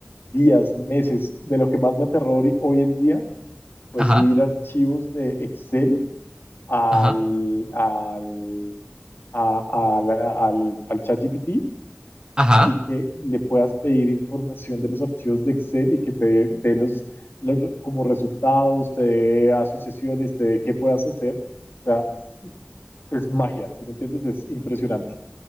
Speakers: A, on the left; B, on the right.
A: días, meses. De lo que más me aterrori hoy en día pues
B: Ajá,
A: subir archivos de Excel al,
B: ajá,
A: al, a- a la- al, al ChatGPT
B: ajá.
A: y que le puedas pedir información de los archivos de Excel y que te dé los, los re- como resultados, te dé asociaciones, te dé qué puedas hacer. O sea, es magia, si me entiendes? Es impresionante.